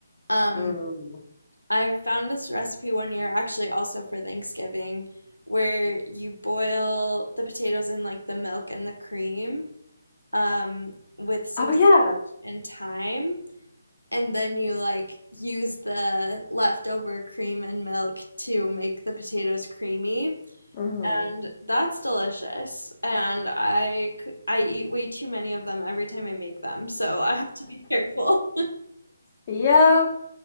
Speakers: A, on the left (about 80°); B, on the left (about 30°).
A: Um,
B: Mm.
A: I found this recipe one year actually also for Thanksgiving where you boil the potatoes in like the milk and the cream um with some
B: Oh yeah.
A: sage and thyme and then you like use the leftover cream and milk to make the potatoes creamy
B: Mm.
A: and that's delicious and I I eat way too many of them every time i make them so i have to be careful
B: Yeah.